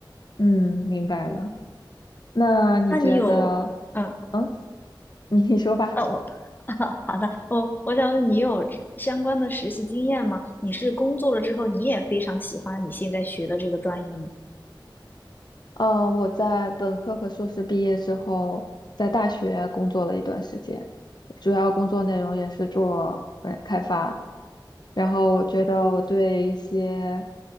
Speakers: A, on the left; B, on the left.
A: 嗯，明白了。那你觉得，
B: 那你有嗯
A: 嗯，你你说吧。
B: 呃，我 <laughs> 好的，我我想问你有这相关的实习经验吗？你是工作了之后，你也非常喜欢你现在学的这个专业吗？
A: 呃，我在本科和硕士毕业之后，在大学工作了一段时间，主要工作内容也是做呃开发。然后我觉得我对一些